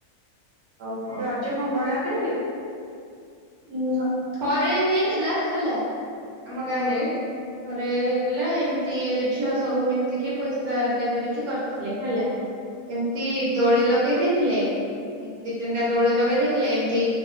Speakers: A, on the right; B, on the right.
A: ଆଉ କଣ।
B: ନାଇଁ ରଜ କଣ ବଡ ଆକାରରେ ହୁଏ?
A: ନାଁ ଥରେ ହେଇଥିଲା ହେଲା, ଆମ
B: ହୁଁ
A: ଗାଁ ରେ ଥରେ ହେଇଥିଲା, ଏମତି ଝିଅ ସବୁ ମିଶି ଟିକେ ପଇସା ଆଦାୟ କରିକି କରିଥିଲେ ହେଲା, ଏମିତି ଦୋଳି ଲଗେଇ ଦେଇଥିଲେ, ଦି ତିନିଟା ଦୋଳି ଲଗେଇ ଦେଇଥିଲେ, ଏମିତି